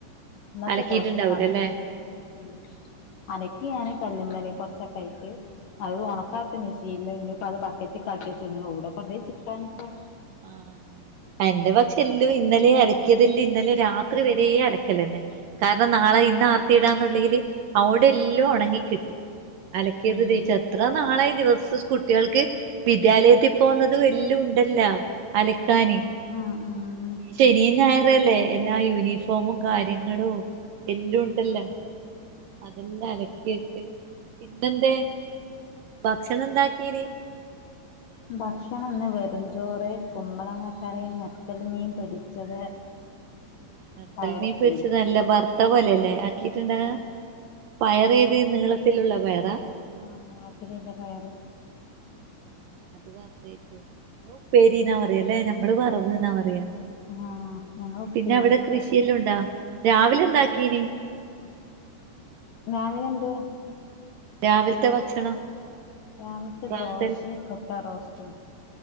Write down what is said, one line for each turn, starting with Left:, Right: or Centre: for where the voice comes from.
Left: ഇന്നത്തെ
Right: അലക്കിയിട്ടുണ്ടാവൂലല്ലേ
Left: ദിവസം കണക്ക്. ഉം ഉം അലക്കി ഞാന് കല്ല്മ്മല് കൊറച്ചൊക്കായിട്ട്. അ ഒണക്കാട്ടു മിഷീനില് ഇനിപ്പോത് ബക്കറ്റി കലക്കേച്ചീന് എവടെ കൊണ്ടോയി ചിക്കാനാപ്പൊ
Right: ആഹ് എന്റെ പക്ഷെ എല്ലും ഇന്നലെ അലക്കിയതല്ലേ ഇന്നലെ രാത്രി വരെ അലക്കലന്നെ. കാരണം നാളെ ഇന്ന് ആർത്തിടാന്നുള്ളേല് അവടെല്ലോം ഒണങ്ങി കിട്ടി. അലക്കിയത്
Left: ഉം
Right: തേച്ച് എത്ര നാളായി ദിവസം കുട്ടികൾക്ക് വിദ്യാലയത്തി പോകുന്നത് എല്ലോംണ്ടല്ലോ? അലക്കാന്
Left: ആ ആ ആഹ്.
Right: ശനീം ഞായറോല്ലേ എല്ലാ യൂണിഫോമും കാര്യങ്ങളും എല്ലോംണ്ടല്ലോ. അതെല്ലാം അലക്കിയിട്ട് ഇന്നെന്തേ ഭക്ഷണം എന്താക്കീ
Left: ഭക്ഷണംന്ന് വെറുംചോറ്, കുമ്പളങ്ങകറി, നെത്തള് മീൻ പൊരിച്ചത്
Right: നത്തൾ
Left: പയറുപ്പേരി
Right: മീൻ പൊരിച്ചത് നല്ല വർത്തപോലല്ലേ ആക്കീട്ട്ണ്ടാവാ? പയ റ് നീളത്തിലുള്ള പയറ്.
Left: ആ നീളത്തില്ല്ല പയറ്.
Right: ഇന്ന് അതേര്ന്നു. ഉപ്പേരീന്ന പറയാല്ലേ? ഞമ്മള് വറവ്ന്നാ പറയാ.
Left: ആഹ് ഞങ്ങള് ഉപ്പേരിന്നാ
Right: പിന്നെ അവിടെ കൃഷിയെല്ലോംണ്ടോ
Left: പറയാ
Right: രാവിലെ എന്താക്കീന്?
Left: രാവിലെന്ത്?
Right: രാവിൽത്തെ ഭക്ഷണം.
Left: രാവിൽത്തെ
Right: പ്രാതൽ
Left: ദോശീ മുട്ടറോസ്റ്റും.